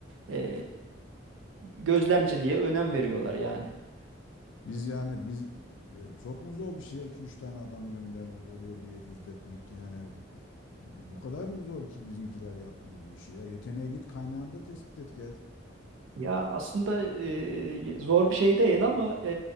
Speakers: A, on the right (about 85°); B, on the left (about 75°).
A: Ee, gözlemciliğe önem veriyorlar yani.
B: Biz yani biz yani çok mu zor bir şey iki üç tane adam göndermek oraya buraya izletmek yani bu bu kadar mı zor ki bizimkiler yapmıyor bu işi ya. Yeteneğe git kaynağında tespit et gel.
A: Ya aslında e, zor bir şey değil ama e,